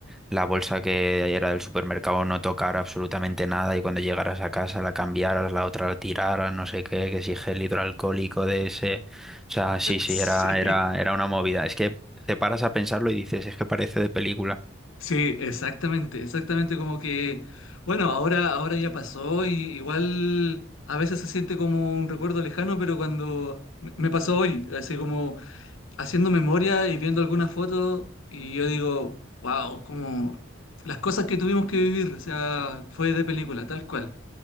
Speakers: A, in the centre; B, on the left (about 75°).
A: la bolsa que era del supermercado no tocara absolutamente nada y cuando llegaras a casa la cambiaras, la otra la tiraras, no sé qué, que si gel hidroalcohólico de ese. O sea, sí, sí,
B: <laughs> Sí.
A: era, era, era una movida. Es que te paras a pensarlo y dices, es que parece de película.
B: Sí, exactamente, exactamente como que, bueno, ahora, ahora ya pasó y igual a veces se siente como un recuerdo lejano, pero cuando me me pasó hoy, así como haciendo memoria y viendo algunas fotos y yo digo, wow, como las cosas que tuvimos que vivir, o sea, fue de película, tal cual.